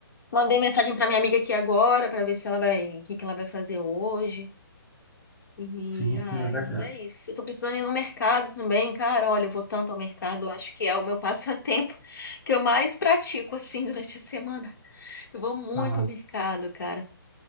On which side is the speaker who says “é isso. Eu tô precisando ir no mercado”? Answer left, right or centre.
Left